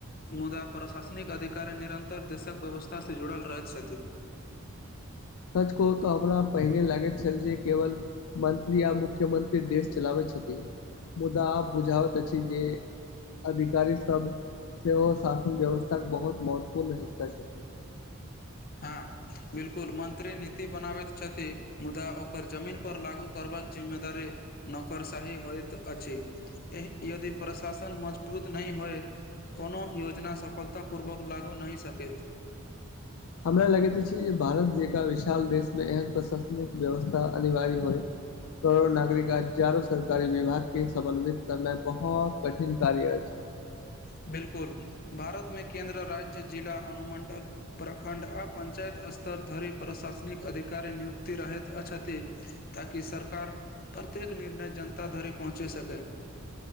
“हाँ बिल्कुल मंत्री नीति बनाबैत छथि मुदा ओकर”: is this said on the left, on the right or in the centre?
Left